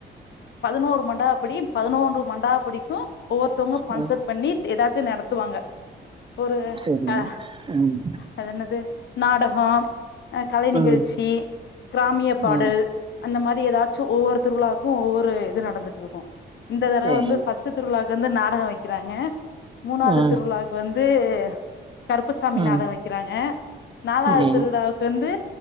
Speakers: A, on the left (about 65°); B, on the right (about 25°).
A: பதுனோரு மண்டாப்படி பதினொரு மண்டாப்படிக்கு ஒவ்வொருத்தங்க ஸ்பான்சர்
B: ம்
A: பண்ணி எதாத்து நடத்துவாங்க ஒரு
B: சரி
A: அ
B: ம்
A: அது என்னது நாடகோ அ கலை நிகழ்ச்சி
B: ம்
A: கிராமிய பாடல்
B: ம்
A: அந்த மாரி ஏதாச்சு ஒவ்வொருத் திருவிழாவுக்கு ஒவ்வொரு இது நடந்துட்டு இருக்கும் இந்த தடவ
B: சரி
A: வந்து ஃபர்ஸ்ட் திருவிழாவுக்கு வந்து நாடகோ வெக்கறாங்க மூணாவது
B: ம்
A: திருவிழாவுக்கு வந் து கருப்புசாமி
B: ம்
A: நாடகோ வெக்கறாங்க நாலாவது
B: சரி
A: திருவிழாவுக்கு வந்து